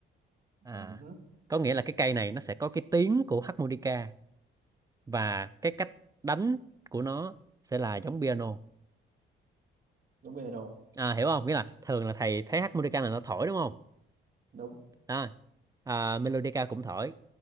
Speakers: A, on the right; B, on the right.
A: à
B: ừ, hứ,
A: có nghĩa là cái cây này nó sẽ có cái tiếng của harmonica và cái cách đánh của nó sẽ là giống piano
B: đúng piano
A: à, hiểu không nghĩa là thường là thầy thấy harmonica là nó thổi đúng không
B: đúng
A: à, à melodica cũng thổi